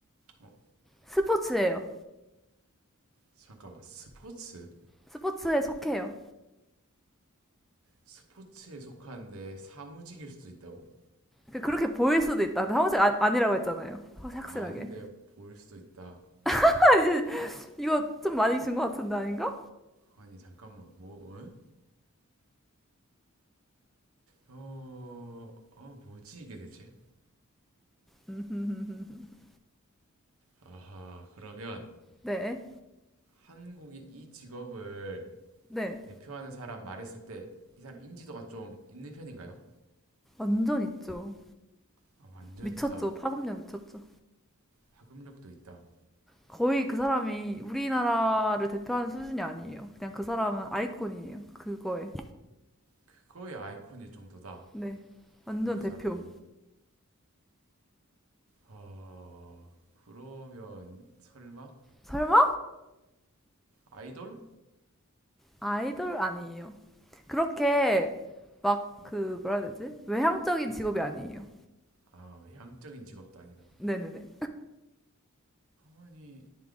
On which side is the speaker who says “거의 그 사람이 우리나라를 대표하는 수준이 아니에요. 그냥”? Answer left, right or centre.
Centre